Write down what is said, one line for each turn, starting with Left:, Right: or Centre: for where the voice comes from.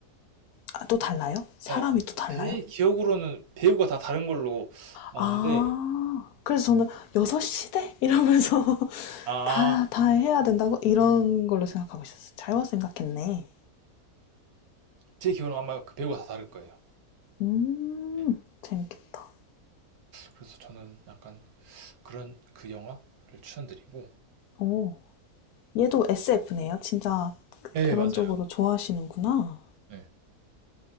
Left: 아, 또 달라요? 사람이
Right: 예,
Left: 또 달라요?
Right: 제 기억으로는 배우가 다 다른 걸로 아는데,
Left: 아, 그래서 저는 여섯 시대 이러면서 <laughs>
Right: 아,
Left: 다, 다 해야 된다고? 이런 걸로 생각하고 있었어요. 잘못 생각했네.
Right: 제 기억으로는 아마 그 배우가 다 다를 거예요.
Left: 음,
Right: 예,
Left: 재밌겠다.
Right: 그래서 저는 약간 그런 그 영화를 추천드리고,
Left: 오, 얘도 SF네요. 진짜
Right: 네,
Left: 그런
Right: 맞아요.
Left: 쪽으로 좋아하시는구나.
Right: 예.